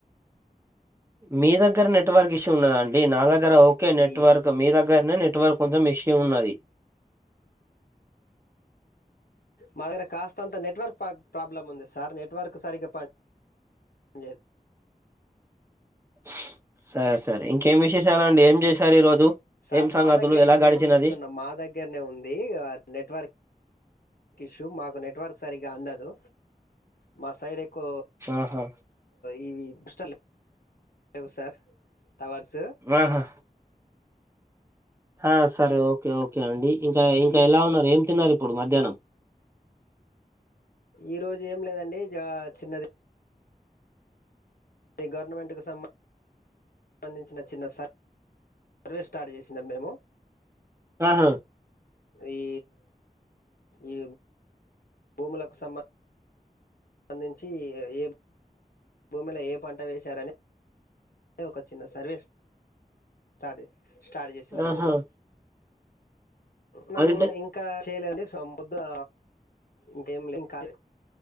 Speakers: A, on the right; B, on the left.
A: మీ దగ్గర నెట్వర్క్ ఇష్యూ ఉన్నదండి నా దగ్గర గ ఓకే నెట్వర్క్
B: ఈ
A: మీ దగ్ర తమ కొంచెం విషయం ఉన్నది
B: మా దగ్గర కాస్త అంత నెట్వర్క్ ప్రాబ్లమ్ ఉంది సార్ నెట్వర్క్ సారికి పా జ
A: స్ సరే సరే ఇంకేం విశేషాలు అండిం చేశారు ఈ రోజు
B: సార్
A: ఏం సంగతులు
B: మా దగ్గరనే
A: ఎలా
B: ఉందని
A: గడిచినది
B: చెప్తున్నా మా దగ్గరనే ఉంది నెట్వర్క్ క షూ మాకు నెట్వర్క్ సరిగ్గా అందదు మా సైడ్ ఎకు
A: ఆహా
B: ఈవి బుస్తతలే అబ సార్ తవ స
A: ఆహా ఆ సరే ఓకే ఓకే అండి ఇంకా ఇంకా
B: ఈ
A: ఎలా ఉన్నారు ఏం అ చిన్నారిపోడు మధ్యాహ్నం
B: ఈ రోజు ఏం లేదండి జ చిన్నది గవర్నమెంట్కు సంబంధం సంబంధించిన చిన్న సారి సర్వేస్ స్టార్ట్ చేసందాం మేము
A: ఆహా
B: ఈ ఏ భూములకు సంబంధం సంబందించి ఏ భూమిలో ఏ పంట వేశారని అ ఒక చిన్న సర్వేస్ స్రార్ స్టార్ట్ చేసినాం
A: ఆహా
B: మేము నమ్ము
A: అంటే
B: ఇంకా చేయలేదండి సొం పోద్దున ఇంకేం లేం ఇంకా